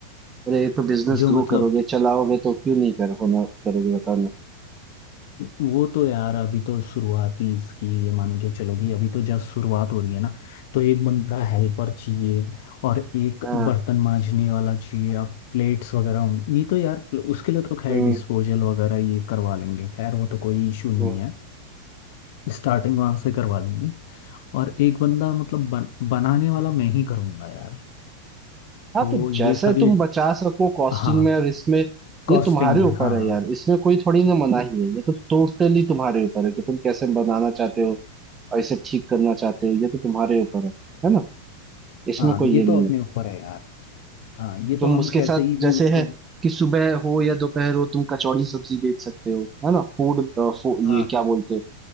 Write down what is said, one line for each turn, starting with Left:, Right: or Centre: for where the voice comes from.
Right: अरे तो बिजनेस
Left: जो
Right: ग्रो
Left: मतलब
Right: करोगे चलाओगे तो क्यों नहीं कर होना करोगे बताना
Left: वो तो यार अभी तो शुरुआती इसकी ये मान के चलो कि अभी तो जस्ट शुरुआत हो रही है ना तो एक बंदा हेल्पर चाहिए और एक
Right: हाँ
Left: बर्तन मांजने वाला चाहिए अब प्लेट्स वगैरह होंगी नहीं तो यार उसके लिए तो खैर
Right: हम्म
Left: डिस्पोजल वगैरह ये करवा लेंगे खैर वो तो कोई इशू नहीं
Right: हम्म।
Left: है स्टार्टिंग वहां से करवा लेंगे और एक बंदा मतलब बन, बनाने वाला मैं ही करूँगा यार
Right: हाँ
Left: तो
Right: तो
Left: ये
Right: जैसे
Left: सारी
Right: तुम बचा सको कॉस्टिंग
Left: हाँ
Right: में और इसमें
Left: कॉस्टिंग
Right: ये तुम्हारे
Left: में
Right: ऊपर
Left: हाँ
Right: है यार इसमें कोई थोड़ी ना मनाही है ये तो टोटली तुम्हारे ऊपर है कि तुम कैसे बनाना चाहते हो और इसे ठीक करना चाहते हो ये तो तुम्हारे ऊपर है है ना इसमें
Left: हाँ
Right: कोई
Left: ये
Right: ये नहीं
Left: तो अपने
Right: है
Left: ऊपर है यार हाँ ये
Right: तुम
Left: तो हम
Right: उसके
Left: कैसे
Right: साथ
Left: ही भी
Right: जैसे
Left: उसको
Right: है कि सुबह हो या दोपहर हो तुम कचौड़ी सब्जी बेच सकते हो है ना फूड
Left: हाँ
Right: ये क्या बोलते हो